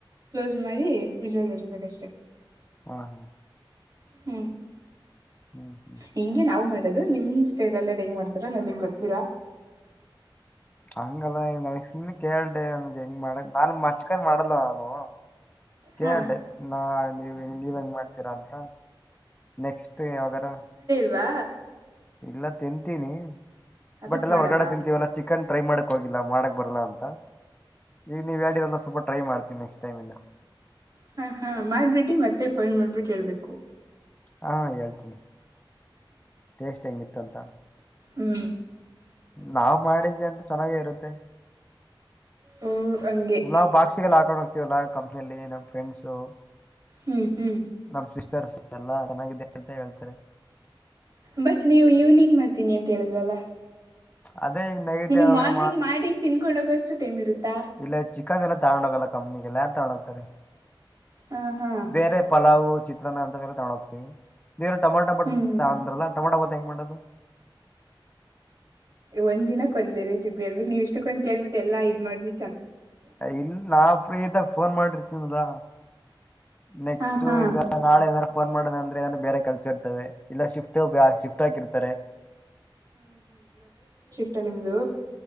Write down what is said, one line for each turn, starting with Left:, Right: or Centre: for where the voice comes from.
Right: ಕ್ಲೋಸ್ ಮಾಡಿ ರಿಸಲ್ ಹೊಡ್ಸ್ಬೇಕಷ್ಟ್ರರಿ
Left: ಹಾ ಹಾ
Right: ಹ
Left: ಹ್ಮ್ ಹ್ಮ್
Right: ಹಿಂಗೆ ನಾವು ಮಾಡ ದು ನಿಮ್ ಸ್ಟೇಲ್ಲಲ್ಲ ಹೆಂಗ್ ಮಾಡ್ತಾರ ನನ್ಂಗ ಗೊತ್ತಿಲ್ಲ
Left: ಹಂಗಲ್ಲ ಈ ನ ಸುಮ್ ಕೇಳ್ದೆ ನನ್ಗೆ ಹೆಂಗ್ ಮಾಡ ನಾನ್ ಮಚ್ಕಾರಿ ಮಾಡಲ್ಲ ನಾನು ಕೇೇಳೆ
Right: ಹಾ
Left: ನಾ ನೀವ್ ನೀವ್ ಹೆಂಗ್ ಮಾಡ್ತೀರಾ ಅಂತ ನೆಕ್ಸ್ಟ್ ಯಾವಾಗರ
Right: ಾ
Left: ಇಲ್ಲ ತಿಂತೀನಿ
Right: ಹಬಟ್
Left: ಬಟ್ ಎಲ್ಲ
Right: ಮಾಡಲ್ಲ
Left: ಹೊರ್ಗಡೆ ತಿಂತೀವ ಎಲ್ಲ ಚಿಕನ್ ಟ್ರೈ ಮಾಡಕ್ ಹೋಗಿಲ್ಲ ಮಾಡಕ್ ಬರಲ್ಲಾ ಅಂತ ಈಗ ನೀವ್ ಹೇಳಿರಲ್ಲ ಸ್ವಲ್ಪ ಟ್ರೈ ಮಾಡ್ತೀ ನೆಕ್ಸ್ಟ್ ಟೈಮ್ ಇಂದ
Right: ಹಾ ಹಾ ಮಾಡ್ಬಿಟ್ಟಿ ಮತ್ತೆ ಫೋನ್ ಮಾಡ್ಬಿಟ್ಟು ಹೇಳ್ಬೇಕು
Left: ಹಾ ಹೇಳ್ತೀನಿ ಟೇಸ್ಟ್ ಹೆಂಗಿತ್ತು ಅಂತ
Right: ಹೂ
Left: ನಾವ್ ಮಾಡಿದ್ವಿ ಅಂತ ಚೆನ್ನಾಗೇ ಇರುತ್ತೆ
Right: ಓ ಹಂಗೆ
Left: ನಾವು ಬಾಕ್ಸಿಗೆಲ್ಲ ಹಾಕೊಂಡ್ ಹೋಗ್ತೀವಲ್ಲಾ ಕಂಪ್ನಿಯಲ್ಲಿ ನಮ್ ಫ್ರೆಂಡ್ಸು
Right: ಹ್ಮ್ ಹ್ಮ್
Left: ನಮ್ ಸಿಸ್ಟರ್ಸ್ ಎಲ್ಲಾ ಚೆನ್ನಿದ್ದೇ ಅಂತ ಹೇಳ್ತಾರೆ
Right: ಬಟ್ ನೀವು ಈವ್ನಿಂಗ್ ಮಾಡ್ತೀನಿ ಅಂತ ಹೇಳಿದ್ರಲ್ಲ
Left: ಅದೇ ಈಗ ನೈಟ್
Right: ನಿಮಗ್
Left: ಯಾವಾಗಾರ
Right: ಮಾರ್ನಿಂಗ್ ಮಾಡಿ ತಿನ್ಕೊಂಡೋಗಷ್ಟು ಟೈಮ್ ಇರುತ್ತಾ
Left: ಇಲ್ಲ ಚಿಕನ್ ಏನ್ ತಗೊಂಡ ಹೋಗಲ್ಲ ಕಮ್ಮನಿಗೆಲ್ಲ ಯಾರು ತಗೊಂಡು ಹೋಗ್ತಾರೆ
Right: ಹಾ ಹಾ
Left: ಬೇರೆ ಪಲಾವು ಚಿತ್ರನ ಅಂತ ಕ ತೊಂಡು ಹೋಗ್ತೀವಿ ನೀ ಟಮೊಟೊ ಬಟ್ಂತ
Right: ಹ್ಮ್
Left: ಅಂದ್ರಲ್ಲ ಟೊಮೊಟೊ ಬತ್ ಹೆಂಗ ಮಾಡದು
Right: ಒಂದ ದಿನಕ್ಕೆ ಒಂದೇ ರೆಸಿಪಿ ಹೇಬಿು ನೀವು ಇಷ್ಟು ಕಕೊಂಡ್ ಕೇಳ್ಬಿಟ್ಟ ಎಲ್ಲ ಇದ್ ಮಾಡ್ಬಿು
Left: ಇಲ್ ನಾ ಫ್ರೀ ಇದಾಗ ಫೋನ್ ಮಾಡಿರ್ತೀನ್ಲಾ ನೆಕ್ಸ್ಟ್ು
Right: ಹಾ ಹಾ
Left: ಈಗ ನಾಳೆ ಏನರ ಫೋನ್ ಮಾಡಿದೆ ಅಂದ್ರೆ ಬೇರೆ ಕಲ್ಸ ಇರ್ತವೆ ಇಲ್ಲ ಶಿಫ್ಟ್ ಶಿಫ್ಟ್ ಹಾಕಿರ್ತಾರೆ
Right: ಮ ನಿಮ್ದು